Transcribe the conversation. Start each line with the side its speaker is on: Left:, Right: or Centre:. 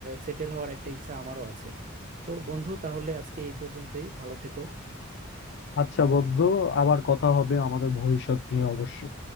Right: সেটেল হওয়ার একটা ইচ্ছা আমারও আছে তো বন্ধু তাহলে আজকে এই পর্যন্তই ভালো থেকো
Left: আচ্ছা বন্ধু আবার কথা হবে আমাদের ভবিষ্যৎ নিয়ে অবশ্যই